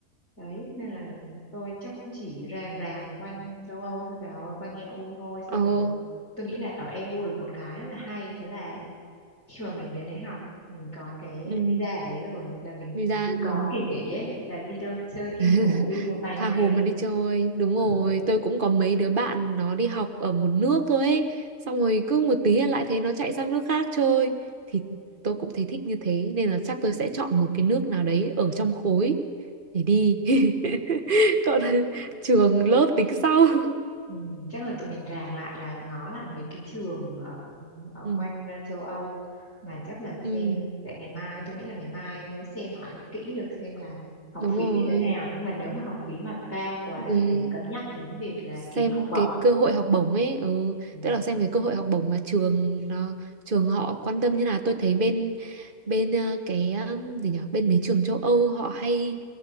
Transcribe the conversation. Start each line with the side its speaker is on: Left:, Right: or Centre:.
Left: Đấy, nên là tôi chắc cũng chỉ ràng ràng quanh châu Âu thôi bà ơi, quanh EU thôi.
Right: ờ
Left: Xong rồi tôi nghĩ
Right: ừ.
Left: là ở EU được một cái là hay, đó là khi mà mình đến đấy học mình có cái
Right: ừ,
Left: visa ở đấy rồi là mình
Right: visa
Left: cứ
Right: rồi
Left: có kỳ nghỉ ấy là đi đâu chơi tranh
Right: <laughs>
Left: thủ đi một vài ngày
Right: tha hồ mà đi chơi đúng rồi
Left: ừ.
Right: tôi cũng có mấy đứa bạn nó đi học ở một nước thôi ấy. xong rồi cứ một tí là lại thấy nó chạy sang nước khác chơi thì tôi cũng thấy thích như thế nên là chắc tôi sẽ chọn một cái nước nào đấy ở trong khối để đi <laughs> còn trường lớp tính sau <laughs>
Left: Ừ, chắc là tụi mình ràng lại là ngó lại mấy cái trường ở ở
Right: ừ,
Left: quanh ờ, châu Âu mà chắc là
Right: ừ
Left: xem để ngày mai tôi nghĩ là ngày mai mới xem hỏi kỹ được xem là học
Right: đúng
Left: phí
Right: rồi
Left: như thế nào nhưng mà nếu mà học phí mà cao quá
Right: rồi
Left: thì phải cân nhắc đến việc là
Right: xem
Left: kiếm học bổng
Right: cái cơ hội học bổng ấy ừ,
Left: ừ.
Right: tức là xem cái cơ hội học bổng mà trường nó trường họ quan tâm như nào tôi thấy bên bên ờ, cái um, gì nhỉ bên mấy trường châu Âu họ hay